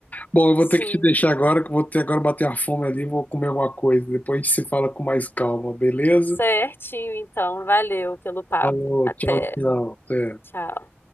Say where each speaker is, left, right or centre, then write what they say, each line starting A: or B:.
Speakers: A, on the left; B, on the left.
A: Bom, eu vou
B: Sim.
A: ter que te deixar agora, que eu vou ter agora bater a fome ali, vou comer alguma coisa, depois a gente se fala com mais calma, beleza?
B: Certinho, então. Valeu pelo papo.
A: Falou,
B: Até.
A: tchau, tchau, até.
B: Tchau.